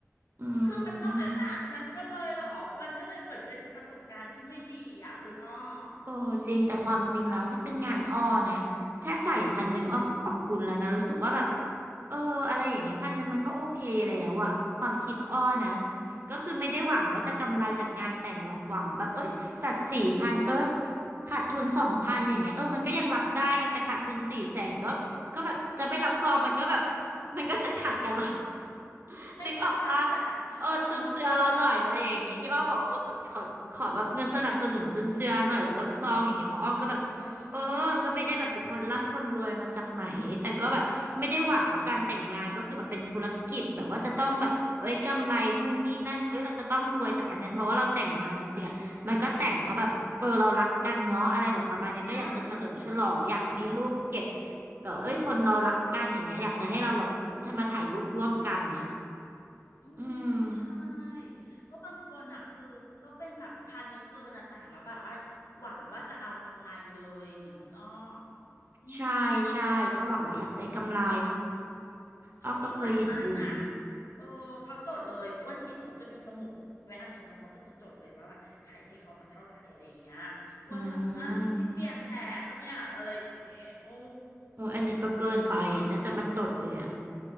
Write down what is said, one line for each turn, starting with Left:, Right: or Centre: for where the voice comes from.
Right: อื
Left: คือมันต้องขนาดนั้นก็เลยเหรอมันก็เลยเหมือนเป็นประสบการณ์ที่ไม่ดีอ่ะคุณอ้อ
Right: มโอ้จริงแต่ความจริงแล้วถ้าเป็นงานอ้อนะถ้าใส่พันหนึ่งอ้อก็ขอบคุณแล้วนะรู้สึกว่าแบบ
Left: อืม
Right: เออ อะไรอย่างเงี้ยพันหนึ่งมันก็โอเคแล้วอะ ความคิดอ้อนะก็คือไม่ได้หวังว่าจะกำไรจากงานแต่งหรอกหวังแบบเอ้ยจัดสี่พันเออ
Left: อืม
Right: ขาดทุนสองพันอย่างเงี้ยเออมันก็ยังรับได้ไงแต่ขาดทุนสี่แสนก็ก็แบบจะไม่รับซองมันก็แบบมันก็จะขัดกันแล้ว <laughs>
Left: ให้คนแบบอยาก
Right: นึกออกปะ
Left: <laughs>
Right: เออจุนเจือเราหน่อยอะไรอย่างนี้ที่อ้อบอกว่าเออขอขอขอแบบเงินสนับสนุนจุนเจือหน่อยเรื่องซองอย่างเงี้ยเพราะอ้อก็แบบเออก็ไม่ได้แบบเป็นคนร่ำคนรวยมาจากไหนแต่ก็แบบไม่ได้หวังว่าการแต่งงานก็คือแบบเป็นธุรกิจแบบว่าจะต้องแบบเอ้ยกำไรนู่นนี่นั่นเอ้ยเราจะต้องรวยจากอันนั้นเพราะว่าเราแต่งงานจริงๆอ่ะมันก็แต่งเพราะแบบเออเรารักกันเนาะอะไรแบบประมาณนี้ก็อยากจะเฉลิมฉลองอยากมีรูปเก็บ
Left: อ๋อ อืมใช่
Right: แบบเอ้ยคนเรารักกันอย่างเงี้ยอยากจะให้เราแบบมาถ่ายรูปร่วมกันน่ะ
Left: อืมใช่
Right: อืม
Left: ก็บางคนอ่ะคือก็เป็นแบบพาณิชย์เกินอ่ะแต่งแล้วแบบว่าหวังว่าจะเอากำไรเลยอย่างเงี้ยคุณอ้ออืม
Right: ใช่ใช่ก็หวังว่าอยากได้กำไร
Left: เขาจริงจังมากนะ
Right: อ้อก็เคยเห็นอยู่
Left: เออเขาจดเลยอ้วนเห็นเขาจะมีสมุดไว้อันหนึงแล้วเขาก็จะจดเลยว่าแบบใครให้เขามาเท่าไหร่อะไรอย่างเงี้ยอ้วนก็แบบฮะนี่เปียร์แชร์ปะเนี่ยอะไรอย่างเงี้ยโอื
Right: อืมโอ้ยอันนั้นก็เกินไปอ่ะถ้าจะมาจดเลยอ่ะ